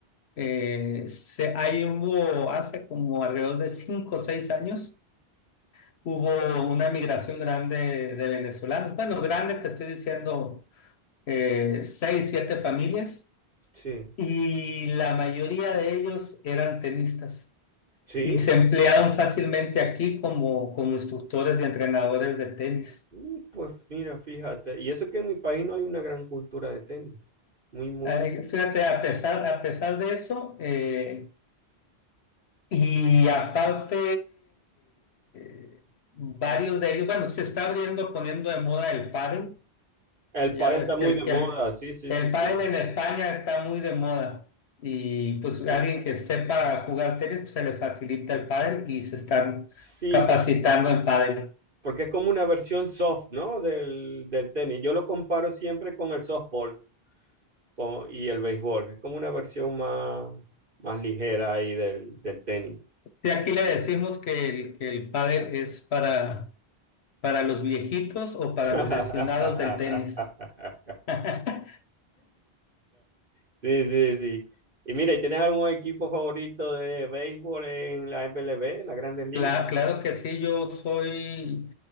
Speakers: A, on the left; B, on the right.
A: Eh, se, ahí hubo, hace como alrededor de cinco o seis años, hubo una migración grande de venezolanos. Bueno, grande, te estoy diciendo, eh, seis, siete familias,
B: Sí.
A: y la mayoría de ellos eran tenistas
B: Sí.
A: y se emplearon fácilmente aquí como, como instructores y entrenadores de tenis.
B: Mm, Pues mira, fíjate. Y eso que en mi país no hay una gran cultura de tenis. Muy, muy.
A: Eh, fíjate, a pesar, a pesar de eso, eh, Y aparte, eh, varios de ellos, bueno, se está abriendo, poniendo de moda el pádel.
B: El
A: Ya
B: pádel
A: ves
B: está
A: que
B: muy
A: el,
B: de
A: que
B: moda,
A: el,
B: sí, sí,
A: el
B: sí.
A: pádel
B: sí.
A: en España está muy de moda. Y pues
B: Y,
A: alguien que sepa jugar tenis, pues se le facilita el pádel y se están
B: sí,
A: capacitando
B: por-
A: en pádel.
B: porque es como una versión soft, ¿no? Del, del tenis. Yo lo comparo siempre con el softball. como- y el béisbol. Es como una versión más, más ligera ahí del, del tenis.
A: Y aquí le decimos que el, que el pádel es para, para los viejitos o para
B: <laughs>
A: los lesionados del tenis. <laughs>
B: Sí, sí, sí. Y mira, ¿y tienes algún equipo favorito de béisbol en la MLB, en las Grandes Ligas?
A: Cla- claro que sí, yo soy,